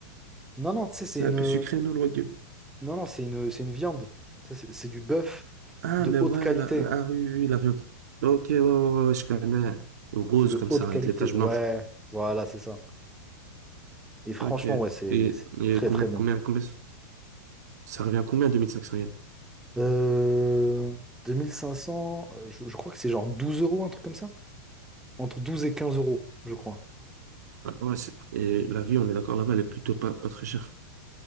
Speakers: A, in the centre; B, on the right.
A: Non, non, tu sais, c'est
B: C'est
A: une...
B: un peu sucré, non, le wagyu?
A: Non, non, c'est une... c'est une viande. Tu sais, C'est c'est du bœuf
B: Ah,
A: de
B: mais
A: haute
B: ouais,
A: qualité.
B: la- la- ah oui, oui, oui, l'avion. Ok, ouais, ouais, ouais, ouais, je connais. Rose,
A: C'est de
B: comme
A: haute
B: ça,
A: qualité.
B: avec les taches
A: Ouais,
B: blanches.
A: voilà, c'est ça. Et franchement,
B: Ok.
A: ouais, c'est
B: Et,
A: c'est
B: et
A: très,
B: combien,
A: très bon.
B: combien, combien, ça revient à combien, 2500 yens?
A: Euh, 2500, euh, je, je crois que c'est genre 12 euros, un truc comme ça. Entre 12 et 15 euros, je crois.
B: Ah, ouais, c'est- et la vie, on est d'accord, là-bas, elle est plutôt pas, pas très chère.